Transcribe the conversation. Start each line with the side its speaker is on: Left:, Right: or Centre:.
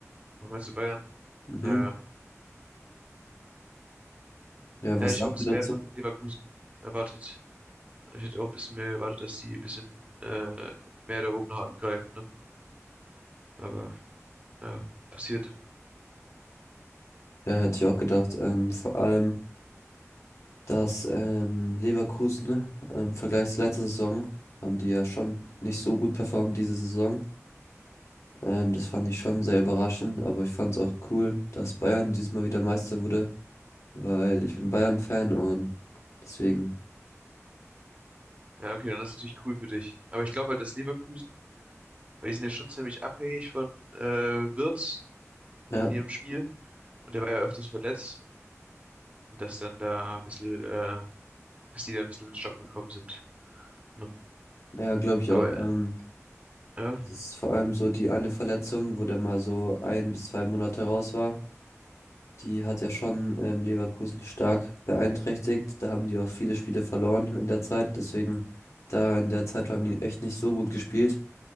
Right: Was meinst du Bayern?
Left: Mhm.
Right: Ja,
Left: Ja,
Right: hätte
Left: was
Right: ich
Left: sagst
Right: auch ein bisschen
Left: du dazu?
Right: mehr von Leverkusen erwartet. Ich hätte auch ein bisschen mehr erwartet, dass die ein bisschen äh, mehr da oben noch angreifen, ne? Aber. Ja, passiert.
Left: Ja, hätte ich auch gedacht. Ähm, vor allem dass ähm, Leverkusen ähm, im Vergleich zur letzten Saison haben die ja schon nicht so gut performt diese Saison. Ähm, das fand ich schon sehr überraschend, aber ich fand es auch cool, dass Bayern diesmal wieder Meister wurde, weil ich bin Bayern-Fan und deswegen,
Right: Ja, okay, dann ist natürlich cool für dich. Aber ich glaube halt, dass Leverkusen, weil die sind ja schon ziemlich abhängig von äh, Wirtz
Left: ja,
Right: in ihrem Spiel. Und der war ja öfters verletzt. Und dass dann da ein bisschen, äh, dass die da ein bisschen ins Stocken gekommen sind. Ne?
Left: ja, glaube ich
Right: Aber
Left: auch. Ähm,
Right: ja,
Left: es ist vor allem so die eine Verletzung, wo der mal so ein bis zwei Monate raus war. Die hat ja schon ähm, Leverkusen stark beeinträchtigt. Da haben die auch viele Spiele verloren in der Zeit. Deswegen, da in der Zeit haben die echt nicht so gut gespielt.